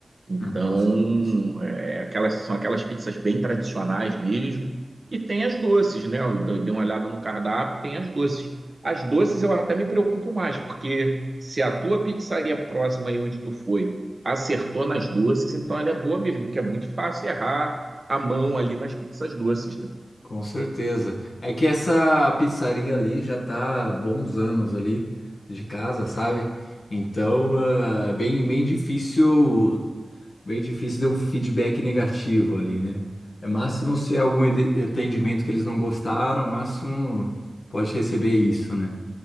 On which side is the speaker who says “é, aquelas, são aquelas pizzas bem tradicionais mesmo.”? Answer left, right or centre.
Right